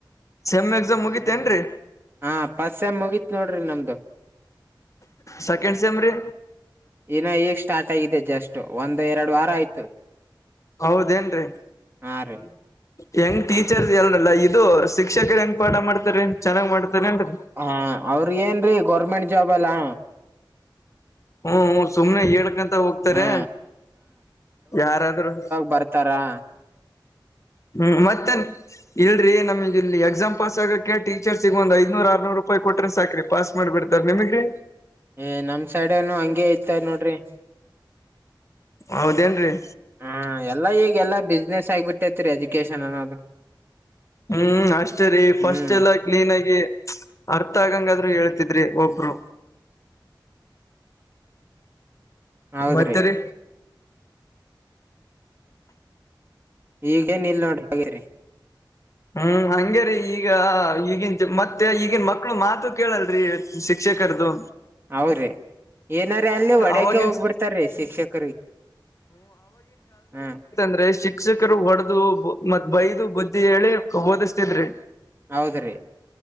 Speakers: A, on the left (about 40°); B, on the right (about 30°).
A: ಸೆಮ್ ಎಕ್ಸಾಮ್ ಮುಗಿತೇನ್ರರಿ
B: ಹಾ ಪಸ್ ಟಮ್ ಮುಗಿತ್ ನೋಡ್ರಿ ನಮ್ದು
A: ಸೆಕೆಂಡ್ ಸೇಮ್ ರಿ
B: ಇನ್ನು ಈಗ ಸ್ಟಾರ್ಟ್ ಆಗಿದೆ ಜಸ್ಟ್ ಒಂದು್ ಎರಡು ವಾರ ಆಯ್ತು
A: ಹೌದೇನ್ರೀ <inaudible>
B: ಹಾ ರೀ
A: ಹೆಂಗ್ ಟೀಚರ್ಸ್ ಎಲ್ರಲ್ಲ ಇದು ಶಿಕ್ಷಕರು ಹೆಂಗ ಪಾಠ ಮಾಡ್ತಾರೆ ಚೆನ್ನ್ ಮಾಡ್ತಾರ ಏನ್ರಿ
B: ಹಾ ಅವ್ರ ಏನ್ರೀ ಗೌರ್ಮೆಂಟ್ ಜಾಬ್ ಅಲ್ಲಾ
A: ಹ್ಮ್ಹ್ಮ್ ಸುಮ್ನೆ ಹೇಳ್ಕಂತ ಹೋಗ್ತಾರೆ
B: ಹ
A: ಯಾರಾದ್ರರು
B: ಬರ್ತಾರಾ
A: ಹ್ಮ್ ಮತ್ತನ್ ಇಲ್ರಿೀ ನಮಗ ಇಲ್ಲಿ ಎಕ್ಸಾಮ್ ಪಾಸ್ ಆಕಕ್ಕೆ ಟೀಚರ್ಸ್ಗ ಒ್ ಐ್ನೂರುರ್ರುೂ ರೂಪಾಯಿ ಕೊಟ್ಟ್ರ ಸಾಕ್ರರಿ ಪಾಸ್ ಮಾಡ್ಬಿಡ್ತಾರೆ ನಿಮಗೆ
B: ಏ ನಮ್ ಸೈಡ್ ಏನು ಹಂಗೇ ಐತ ನೋಡ್ರಿ
A: ಹೌದೇನ್ರರಿ
B: ಹ್ಮ್ ಎಲ್ಲಾ ಈಗ ಎಲ್ಲಾ ಬಿಸ್ನೆಸ್ ಆಗ್ಬಿಟ್ಟೈತ್ರಿ ಎಜುಕೇಶನ್ ಅನ್ನೋದು
A: ಹ್ಮ್ ಅಷ್ಟೇ ರೀ ಫಸ್ಟ್
B: ಹ್ಮ್
A: ಎಲ್ಲ ಕ್ಲೀನ್ ಆಗಿ ಅರ್ಥ ಆಗಂಗಾದ್ರರು ಹೇಳ್ತಿದ್ರಿ ಒಬ್ರು
B: ಹೌದ್ರಿ
A: ಮತ್ತರಿ
B: ಈಗಏನ್ ಇಲ್ ನೋಡರಿ <unintelligible>
A: ಹ್ಮ್ ಹಂಗ ರಿ ಈಗ ಈಗ ಮತ್ತೆ ಈಗನ್ ಮಕ್ಳು ಮಾತು ಕೇಳಲ್ರಿ ಶಿಕ್ಷಕರದು
B: ಹೌರಿ ಏನಾರ ಅಲ್ಲಿ ಹೊಡಕೆ
A: ಅವಾಗಿನ್
B: ಹೋಗ್ಬಿಡ್ತಾರೀ ಶಿಕ್ಷಕ ಹಾ
A: ದ್ರೆ ಶಿಕ್ಷಕರು ಒಡದು ಮತ್ ಬೈದು ಬುದ್ಧಿ ಹೇಳಿ ಓದಿಸ್ತಿದ್ರಿ
B: ಹೌದ್ರೀ